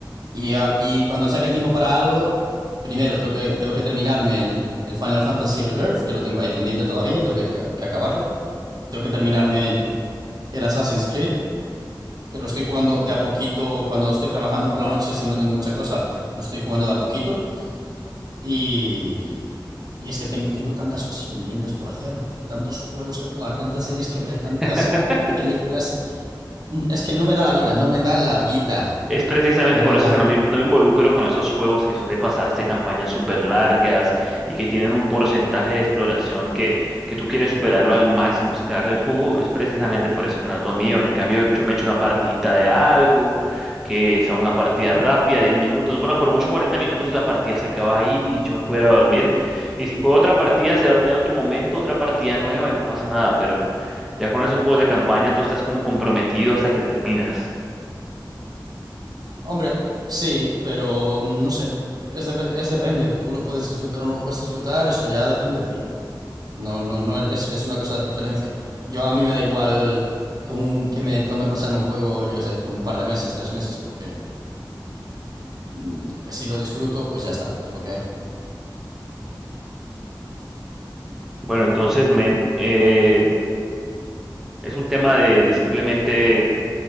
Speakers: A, on the right (about 55°); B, in the centre.
A: Y, a- y cuando saque el tiempo para algo, primero tengo que, tengo que terminarme el, el Final Fantasy Rebirth, que lo tengo ahí pendiente todavía, tengo que, ca- que acabarlo. Tengo que terminarme el Assassin's Creed, que lo estoy jugando de a poquito cuando estoy trabajando por la noche, si no tengo mucha cosa, lo estoy jugando de a poquito. Y, y es que tengo, tengo tantas cosas pendientes por hacer, tío, tantos juegos que jugar, tantas series que ver, tantas
B: <laughs>
A: películas. Es que no me da la vida, no me da la vida,
B: Es precisamente
A: no
B: por
A: me
B: eso
A: da.
B: que no me, no me involucro con esos juegos que son de pasarse campañas súper largas y que tienen un porcentaje de exploración que, que tú quieres superarlo al máximo y sacarle el jugo. Es precisamente por eso que no es lo mío. En cambio, yo me echo una partidita de algo, que sea una partida rápida, 10 minutos. Bueno, por mucho 40 minutos y la partida se acaba ahí y yo me puedo ir a dormir. Y si juego otra partida, se va en otro momento, otra partida nueva y no pasa nada. Pero ya con esos juegos de campaña tú estás como comprometido hasta que terminas.
A: Hombre, sí, pero mm, no sé, es, depe- es depende, tú lo puedes disfrutar o no lo puedes disfrutar, eso ya depende de ti. No, no, no, es, es una cosa de preferencia. Yo a mí me da igual que, un, que me tome pasarme un juego, yo qué sé, un par de meses, tres meses, porque mm, si lo disfruto, pues ya está, es lo que hay.
B: Bueno, entonces, men, eh, es un tema de, de simplemente